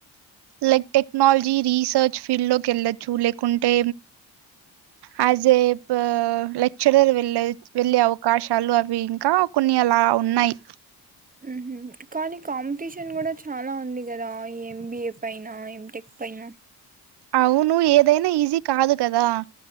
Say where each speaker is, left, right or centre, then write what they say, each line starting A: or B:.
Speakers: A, on the right (about 70°); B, on the right (about 20°).
A: లైక్ టెక్నాలజీ రీసెర్చ్ ఫీల్డ్ లో కెళ్ళచ్చు లేకుంటే యాజ్ ఏ ప లెక్చరర్ వెళ్ళే వెళ్లి అవకాశాలు వి ఇంకా కొన్ని అలా ఉన్నాయి
B: మ్హు కానీ కాంపిటీషన్ గుడా చాలా ఉంది కదా ఈ ఎంబిఏ పైన ఎంటెక్ పైన
A: అవును ఏదైనా ఈజీ కాదు కదా